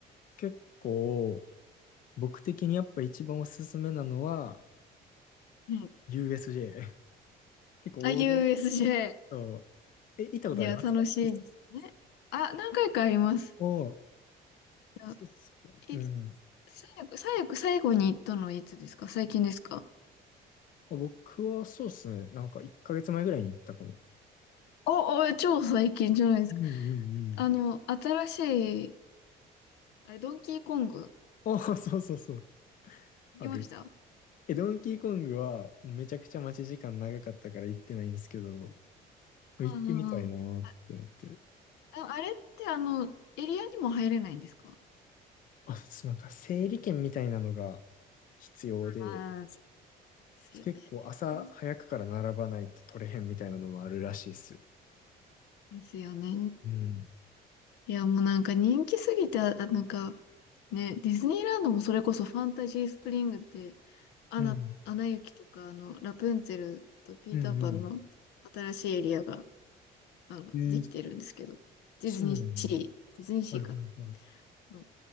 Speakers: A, on the left; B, on the left.
A: 結構、僕的にやっぱ一番おすすめなのは、
B: うん。
A: USJ。<laughs> 結構王道
B: あ、USJ。
A: と、え、行ったことありますか
B: いや、楽しいですね。あ、何回かあります。
A: おおー、
B: あ
A: そうっすか。
B: い、
A: うん。
B: 最後、最後、最後に行ったのはいつですか最近ですか
A: 僕はそうっすね。なんか1ヶ月前ぐらいに行ったかも。
B: お、お、超最近じゃないですか。
A: うんうんうん。
B: あの、新しい、あれ、ドンキーコング、
A: ああ、そうそうそう。
B: 行きました
A: ある。え、ドンキーコングはめちゃくちゃ待ち時間長かったから行ってないんですけど、行ってみたいなーって思ってる。
B: うんうんうん。あ、ああああれってあの、エリアにも入れないんですか
A: あ、そう、なんか整理券みたいなのが必要で、
B: ああ、そうですよね。
A: 結構朝早くから並ばないと取れへんみたいなのもあるらしいっす。
B: うんですよね。
A: うん。
B: いや、もうなんか人気すぎて、あなんかね、ディズニーランドもそれこそファンタジースプリングって、アナ、
A: うん。
B: アナ雪とか、あの、ラプンツェルとピーターパンの
A: うんうん。
B: 新しいエリアが、あの、
A: えー、
B: できてるんですけど、ディズニーシー、
A: そうなんだ。
B: ディズニーシーか。
A: はいはいはい。
B: うん